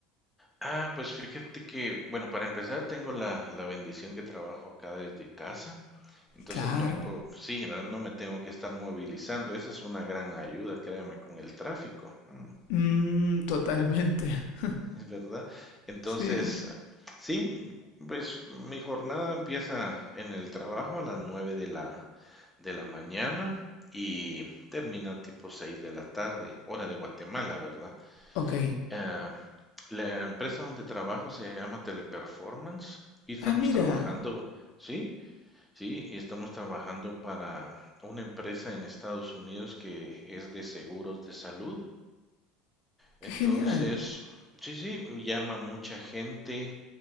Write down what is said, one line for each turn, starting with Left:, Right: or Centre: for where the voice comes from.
Centre: Ah, pues fíjate que, bueno, para empezar, tengo la, la bendición que trabajo acá desde casa. Entonces,
Left: Claro.
Centre: no, po- sí, ¿verdad? No me tengo que estar movilizando. Esa es una gran ayuda, créame, con el tráfico. Mm.
Left: Mm, totalmente. <laughs>
Centre: Es verdad. Entonces,
Left: Sí.
Centre: sí, pues mi jornada empieza en el trabajo a las 9 de la, de la mañana y termina tipo 6 de la tarde, hora de Guatemala, ¿verdad?
Left: Ok.
Centre: Eh, la empresa donde trabajo se llama Teleperformance y estamos
Left: Ah, mira,
Centre: trabajando, sí, sí, y estamos trabajando para una empresa en Estados Unidos que es de seguros de salud. Entonces,
Left: qué genial.
Centre: sí, sí, llama mucha gente